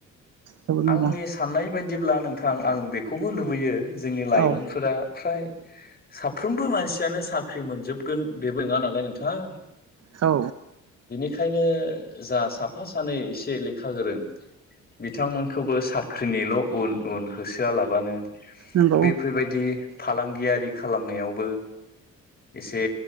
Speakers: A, on the right (about 55°); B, on the left (about 30°).
A: जोबोद मोजां
B: आंनि साननाय बायदिब्ला नोंथां आं बेखौबो लुबैयो जोंनि लाइमोनफोरा
A: औ
B: फ्राय साफ्रोमबो मानसियानो साख्रि मोनजोबगोन बेबो नोङा नालाय नोंथां
A: औ
B: बेखायनो जा साफा सानै एसे लेखा गोरों बिथांमोन खौबो साख्रिनिल' उन उन होसोआलाबानो
A: नंगौ
B: बेफोरबायदि फालांगियारि खालामनायावबो एसे